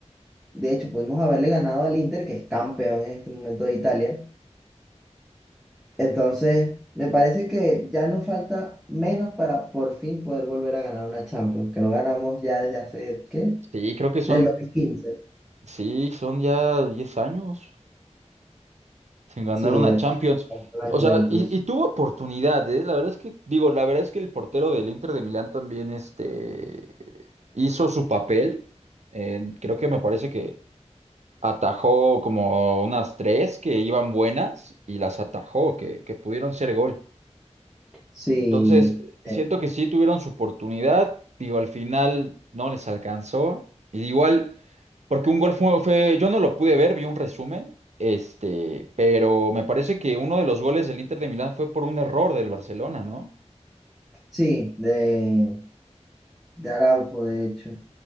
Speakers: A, in the centre; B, on the right (about 70°).
A: de hecho, pudimos haberle ganado al Inter, que es campeón en este momento de Italia. Entonces, me parece que ya nos falta menos para por fin poder volver a ganar una Champions, que no ganamos ya desde hace, ¿qué?
B: Sí, creo que son,
A: Del 2015.
B: sí, son ya 10 años. Se ganaron
A: Sí, de
B: a
A: aquella,
B: Champions.
A: contra
B: O
A: la Juventus.
B: sea, y, y tuvo oportunidad, ¿eh? La verdad es que, digo, la verdad es que el portero del Inter de Milán también, este, hizo su papel. En- creo que me parece que atajó como unas tres que iban buenas y las atajó, que, que pudieron ser gol.
A: Sí,
B: Entonces,
A: de-
B: siento que sí tuvieron su oportunidad, digo, al final no les alcanzó. Y igual, porque un gol fue, fue- yo no lo pude ver, vi un resumen, este, pero me parece que uno de los goles del Inter de Milán fue por un error del Barcelona, ¿no?
A: sí, de, de Araujo, de hecho.